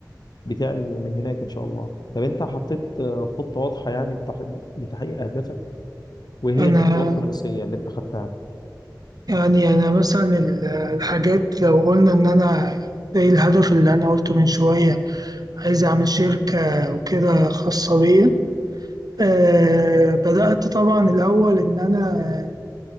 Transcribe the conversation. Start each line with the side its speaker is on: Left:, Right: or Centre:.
Left: بتاعي من هناك ان شاء الله طب انت حطيت خطه واضحه يعني لتح- لتحقيق اهدافك وهي
Right: أنا
Left: الخطوات الرئيسيه اللي انت خدتها
Right: يعني أنا مثلا ال- الحاجات لو قلنا إن أنا زي الهدف اللي أنا قلته من شوية عايز أعمل شركة وكده خاصة بيا آه، بدأت طبعا الأول إن أنا